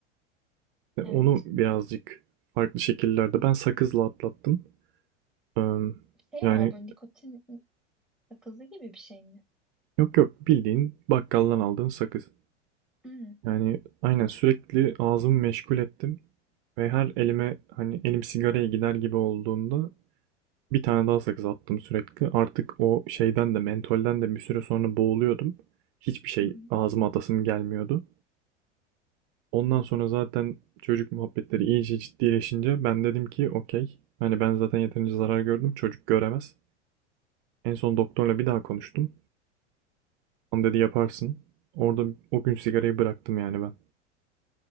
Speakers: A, on the right; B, in the centre.
A: e, onu
B: evet.
A: birazcık farklı şekillerde ben sakızla atlattım. Eee,
B: şey
A: Yani
B: var böyle nikotin sakızı gibi bir şey mi?
A: yok yok bildiğin bakkaldan aldığın sakız.
B: Hmm,
A: Yani aynen sürekli ağzımı meşgul ettim ve her elime hani elim sigaraya gider gibi olduğunda bir tane daha sakız attım sürekli. Artık o şeyden de mentolden de bir süre sonra boğuluyordum. Hiçbir şey
B: hmm.
A: ağzıma atasım gelmiyordu. Ondan sonra zaten çocuk muhabbetleri iyice ciddileşince ben dedim ki okey. Hani ben zaten yeterince zarar gördüm çocuk göremez. En son doktorla bir daha konuştum. Onu dedi yaparsın. Orada o gün sigarayı bıraktım yani ben.